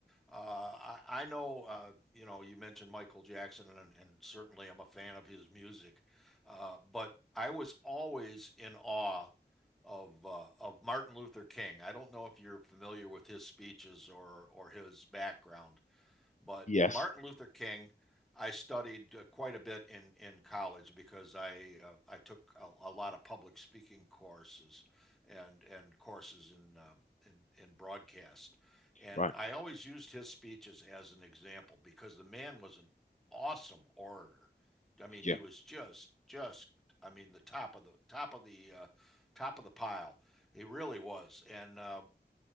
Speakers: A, in the centre; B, on the left.
A: Uh, I, I know, uh, you know, you mentioned Michael Jackson, and, and certainly I'm a fan of his music, uh, but I was always in awe of uh, of Martin Luther King. I don't know if you're familiar with his speeches or or his background, but
B: Yes.
A: Martin Luther King, I studied uh, quite a bit in in college because I uh, I took a, a lot of public speaking courses and and courses in um, in in broadcast, and
B: Right.
A: I always used his speeches as an example because the man was an awesome orator. I mean,
B: Yeah.
A: he was just just I mean the top of the top of the uh, top of the pile. He really was, and uh,